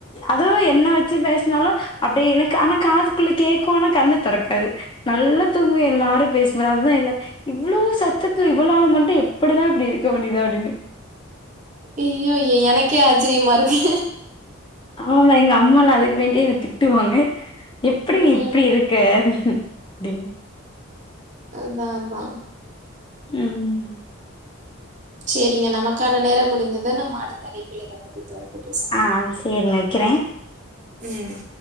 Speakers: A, on the left (about 25°); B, on the right (about 35°).
A: அதே என்ன வச்சு பேஸ்னாலு அப்டியே எனக்கு ஆனா காதுக்குள்ள கேக்கு ஆனா கண்ணு தெறக்காது நல்லா தூங்குவ எல்லாரு பேசுவாவ எல்லா இவ்ளொ சத்தத்துல இவளால மட்டு எப்புடிதா இப்டி இருக்க முடிதோ அப்டின்னு
B: இய்யயோ எனக்கே ஆச்சிரியமா இருக்கு
A: ஆமா எங்க அம்மாலா அதுக்கு வேண்டியே என்ன திட்டுவாங்க எப்டி
B: ம்
A: இப்டி இருக்க
B: ம்.
A: அப்டினு
B: அதா அதா
A: ம்
B: செரிங்க நமக்கான நேரொ முடிஞ்சது நம்ம அடுத்த அழைப்புல இத பத்தி தொடர்ந்து பேசனு
A: ஆ சேரிங்க வெக்கிறே
B: ம்